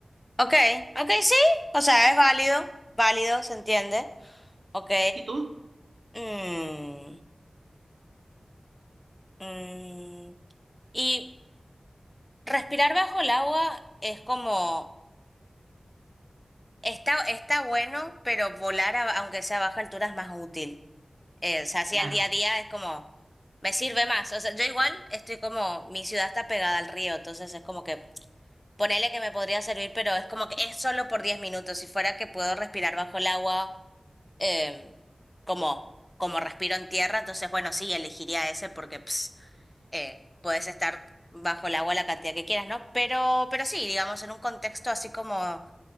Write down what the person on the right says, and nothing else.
¿Y tú?
Claro,